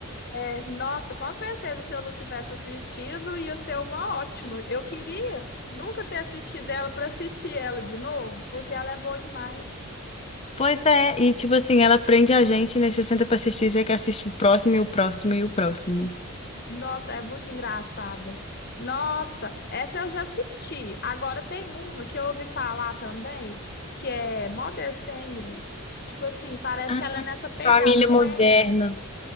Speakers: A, on the left; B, on the left.
A: É, nossa, com certeza, se eu não tivesse assistido, ia ser uma ótima. Eu queria nunca ter assistido ela para assistir ela de novo, porque ela é boa demais.
B: Pois é, e tipo assim, ela prende a gente, né? Você senta pra assistir, você quer assistir o próximo e o próximo e o próximo.
A: Nossa, é muito engraçada. Nossa, essa eu já assisti. Agora tem uma que eu ouvi falar também, que é Mother Family. que, Tipo assim, parece
B: Ah,
A: que ela é nessa pegada,
B: família
A: não
B: moderna.
A: é?